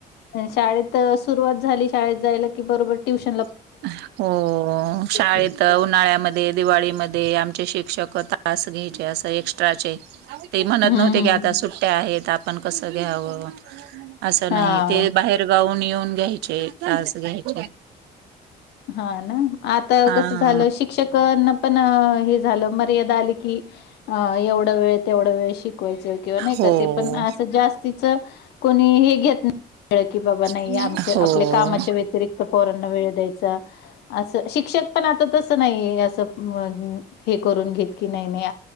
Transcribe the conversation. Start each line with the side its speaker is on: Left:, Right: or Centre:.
Left: शाळेत <inaudible> रुवात झाली शाळेत जायला की बरोबर ट्यश <inaudible>
Right: <inaudible> हो शाळेत
Left: सुरू करतात.
Right: उन्हाळ्यामध्ये दिवाळीमध्ये ते आमचे शिक्षक तास घ्यायचे अस एक्स्ट्राचे ते म्हणत
Left: हं,
Right: नव्हते
Left: हं.
Right: की आता सुट्ट्या आहेत आपण कसं घ्यावं <inaudible> असं
Left: हां.
Right: नाही ते बाहेर गाऊन येऊन घ्यायचे तस घ्यायचे
Left: <inaudible> हा ना आता
Right: हां
Left: कस झालं शिक्षकना पण हे झालं म कीवढ वेळ तेवढ वेळ श <inaudible>
Right: हो.
Left: <unintelligible> जास्तीच कोणी हे हे घेत नाही. <inaudible> कळ की बाबा नाही
Right: हो
Left: आमच्या आपल्या कामाच्या व्यतिरिक्त फोरांना वेळ द्यायच <inaudible> असं शिक्षक पण आता तसं नाही असं हे करून घेत की नाही नाही?